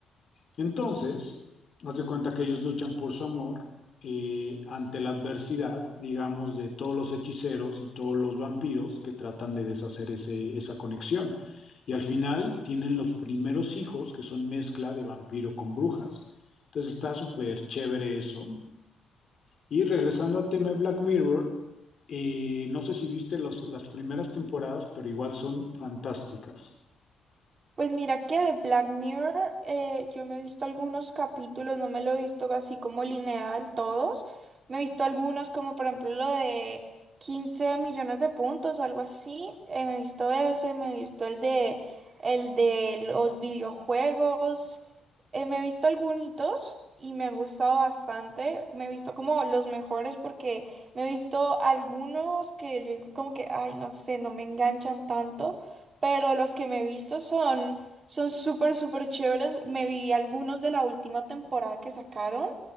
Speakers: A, on the left; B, on the right.
A: Entonces, haz de cuenta que ellos luchan por su amor eh, ante la adversidad, digamos, de todos los hechiceros y todos los vampiros que tratan de deshacer ese- esa conexión. Y al final tienen los primeros hijos que son mezcla de vampiro con brujas. Entonces está súper chévere eso. Y regresando al tema de Black Mirror, eh, no sé si viste los- las primeras temporadas, pero igual son fantásticas.
B: Pues mira que de Black Mirror eh, yo me he visto algunos capítulos, no me lo he visto así como lineal todos. Me he visto algunos como por ejemplo lo de 15 millones de puntos o algo así. eh, me he visto ese, me he visto el de el de los videojuegos. eh, me he visto algunos y me han gustado bastante. Me he visto como los mejores porque me he visto algunos que yo digo como que, ay, no sé, no me enganchan tanto pero los que me he visto son son súper, súper chéveres. Me vi algunos de la última temporada que sacaron